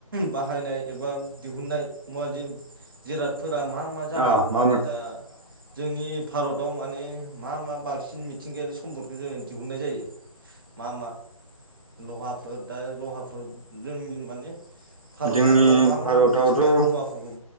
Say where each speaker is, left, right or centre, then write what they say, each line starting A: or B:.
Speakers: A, on the right; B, on the right.
A: बाहायनाय एबा दिहुननाय मुवा जेराद फोरा मा-मा जानो
B: अ
A: हागौ
B: मामोन
A: माने दा जोंनि भारताव माने मा मा बांसिन मिथिंगायारि सम्पदखौ जोङो दिहुननाय जायो मा मा लहाफोर दा लहाफोर जोंनि माने भारत
B: जोंनि
A: हादराव मा
B: भारतावथ'
A: मा मिथिंगायारि मुवाफोरखौ